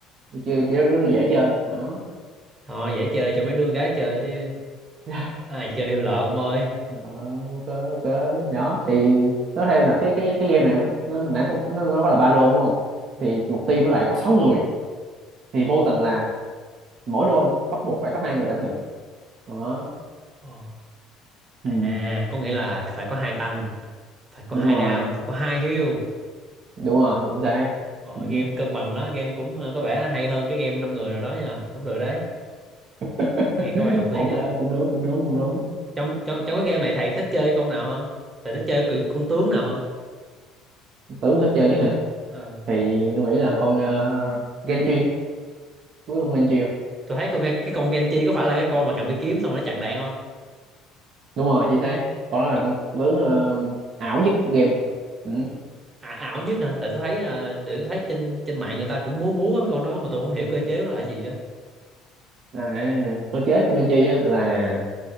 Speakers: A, on the right; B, on the right.
A: đi chưa kia nó dễ chơi đó
B: thôi dễ chơi cho mấy đứa con gái chơi chứ
A: <laughs>
B: ai chơi hiêu lợi ông ơi.
A: Ờ, ok ok đó thì nói thêm là cái cái cái game này nó nó nãy có nó, nó có là ba role đúng không
B: Ừ.
A: thì một team nó lại có 6 người thì vô tình là mỗi role bắt buộc phải có hai người đảm nhận đó
B: Ờ. À,
A: ừ,
B: có nghĩa là phải có hai tăng, phải có
A: đúng
B: hai
A: rồi
B: đam, phải có hai heal.
A: đúng rồi chính xác
B: Ờ,
A: ừ.
B: game cân bằng đó, game cũng ờ, có vẻ hay hơn cái game năm người nào đó nha, cũng được đấy.
A: <laughs>
B: Nghe có vẻ hợp lý
A: ok
B: á.
A: cũng đúng cũng đúng cũng đúng
B: Trong trong trong cái game này thầy thích chơi con nào hơn? Thầy thích chơi kiểu con tướng nào hơn?
A: tưởng thích chơi nhất rồi
B: Ờ.
A: thì tôi nghĩ là con uh, Genji đúng con Genji không
B: tôi thấy con nghe cái con Genji có phải là cái con mà cầm cái kiếm xong rồi nó chặn đạn không
A: đúng rồi chính xác con đó là
B: có
A: con tướng ờ, ảo nhất game ừ.
B: ả- ảo nhất hả tại tôi thấy à, tại tôi thấy trên trên mạng người ta cũng múa múa với mấy con đó mà tôi không hiểu cơ chế của nó là gì á
A: à, cơ chế của Genji á là